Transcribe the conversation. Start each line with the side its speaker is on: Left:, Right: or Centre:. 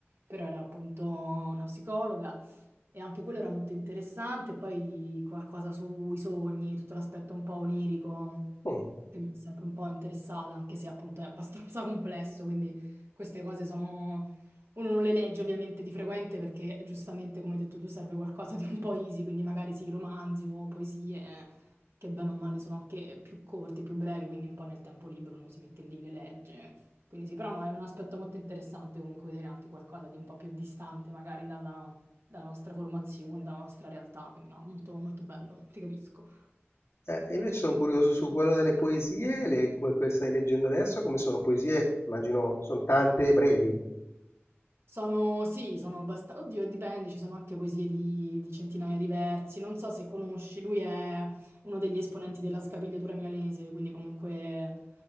Right: però era appunto una psicologa e anche quello era molto interessante. Poi qualcosa sui sogni, tutto l'aspetto un po' onirico
Left: mm.
Right: che mi è sempre un po' interessata, anche se appunto è abbastanza <laughs> complesso, quindi queste cose sono uno non le legge ovviamente di frequente perché giustamente, come hai detto tu, serve qualcosa di un po' easy, quindi magari sì, romanzi o poesie che bene o male sono anche più corti, più brevi, quindi un po' nel tempo libero uno si mette lì, le legge. Quindi sì, però no, è un aspetto molto interessante comunque vedere anche qualcosa di un po' più distante magari dalla, dalla nostra formazione, dalla nostra realtà, quindi no, molto, molto bello, ti capisco.
Left: Eh, e invece sono curioso su quello delle poesie, le, que- quelle che stai leggendo adesso, come sono poesie, immagino, sono tante e brevi.
Right: Sono, sì, sono abbastanza... Oddio, dipende, ci sono anche poesie di, di centinaia di versi. Non so se conosci, lui è uno degli esponenti della scapigliatura milanese, quindi comunque